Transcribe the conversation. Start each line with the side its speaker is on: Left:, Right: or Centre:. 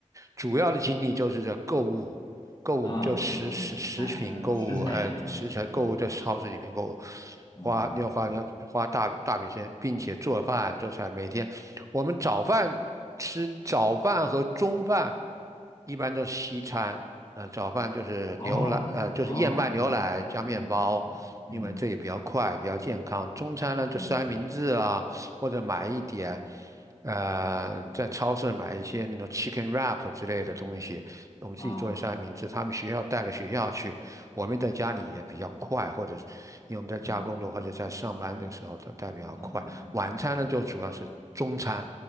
Right: 主要的精力就是在购物，购物就食食食品购物，
Left: 啊，购物买买嗯食材是吧？
Right: 呃，食材购物在超市里面购物，
Left: 嗯嗯嗯，
Right: 花要花要花大大笔时间，并且做饭做菜。每天我们早饭吃早饭和中饭一般都是西餐，那早饭就是牛奶，
Left: 哦哦嗯嗯嗯嗯嗯
Right: 呃，就是燕麦牛奶加面包，因为这也比较快，比较健康。中餐呢就三明治啊，
Left: 嗯
Right: 或者买一点，呃，在超市买一些那种 chicken wrap 之类的东西，我们自己做三明治。
Left: 啊
Right: 他们学校带到学校去，我们在家里也比较快，或者是因为我们在家工作或者在上班的时候都带比较快。
Left: 嗯嗯嗯嗯
Right: 晚餐呢就主要是中餐，